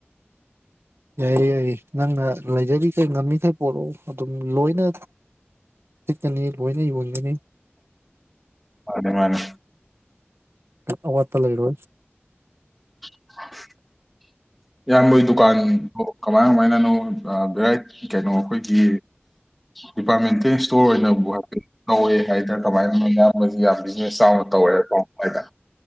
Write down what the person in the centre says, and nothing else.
ꯃꯥꯅꯦ ꯃꯥꯅꯦ
<inaudible> ꯏꯌꯥꯝꯕꯩ ꯗꯨꯀꯥꯟ ꯀꯃꯥꯏ ꯀꯃꯥꯏꯅꯅꯣ ꯚꯦꯔꯥꯏ ꯀꯩꯅꯣ ꯑꯩꯈꯣꯏꯒꯤ ꯗꯤꯄꯥꯔꯠꯃꯦꯟ ꯏꯁꯇꯣꯔ ꯑꯣꯏꯅꯕꯨ ꯍꯥꯞꯦ ꯀꯧꯋꯦ ꯍꯥꯏꯗꯅ ꯀꯃꯥꯏꯅ ꯑꯌꯥꯝꯕꯁꯤ ꯌꯥꯝ ꯕꯤꯖꯤꯅꯦꯁ ꯆꯥꯎꯅ ꯇꯧꯋꯦ ꯄꯥꯎ ꯑꯃꯥꯍꯥꯌꯒꯨꯝ ꯍꯥꯏꯗ